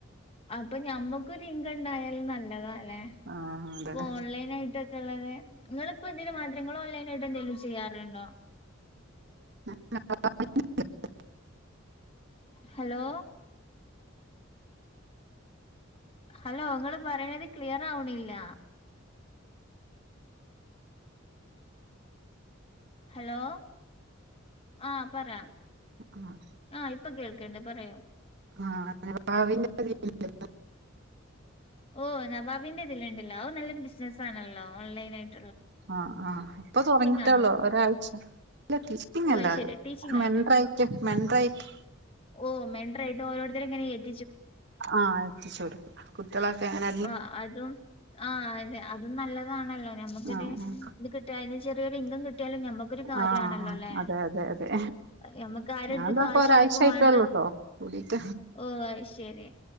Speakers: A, on the left; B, on the right.
A: അപ്പൊ ഞമ്മക്കൊരിൻകം ഉണ്ടായാലും നല്ലതാല്ലെ
B: ആഹ് അതന്നെ
A: ഇപ്പൊ ഓൺലൈനായിട്ട് ള്ളത് ങ്ങളപ്പോ ഇതില്മാത്ര ങ്ങള് ഓൺലൈനായിട്ട് എന്തെങ്കലും ചീയ്യാറ്ണ്ടോ
B: <inaudible>
A: ഹലോ ഹലോ ങ്ങള് പറയണത് ക്ലിയറാ വ്ണില്ലാ. ഹലോ ആ പറ
B: ആഹ്.
A: ആഹ് ഇപ്പ കേൾക്ക്ണ്ട് പറയോ
B: ആഹ അനെ പാവിന്റെ പ <unintelligible>
A: ഓ നവാബിന്റെ ഇതില്ലിണ്ടല്ലോ ഓ നല്ലൊരു ബിസ്നസ്സാണല്ലോ ഓൺലൈൻയിട്ട്
B: ആഹ് ആഹ് ഇപ്പൊ തുടങ്ങിട്ട്ള്ളൂ
A: ആണോ
B: ഒരാഴ്ച പിന്നെല്ലാ
A: ഓ അത് ശരി ടീച്ചിങ്
B: <unintelligible>
A: ആയിട്ടോ
B: മെൻ്ററായിറ്റ്, മെൻ്ററായിറ്റ്
A: ഓ മെൻ്ററായിട്ട് ഓരോരുത്തും ഇങ്ങനെ കേ
B: ആഹ് എത്തിച് യൊടുക്കും. കുട്ടിളൊക്കെ എങ്ങനെ?
A: ആ അതും ആ അതെ അതും നല്ലതാണല്ലോ ത്
B: ആഹ്
A: കിട്ട അയിന് ചെറിയരുഇങ്കം ഞമ്മക്കൊരു കാര്യാ
B: ആഹ്
A: ണല്ലോല്ലെ
B: അതെ അതെ അതെ
A: ഞമ്മക് ആരാട്ത്ക്കും
B: ഞാൻതാപ്പൊ
A: ആശ്രയിക്കും
B: ഒരാഴ്ച ആയിട്ടേള്ളൂട്ടോ
A: വാണ്ട
B: കൂടിട്ട്
A: ഓ ഐ ശരി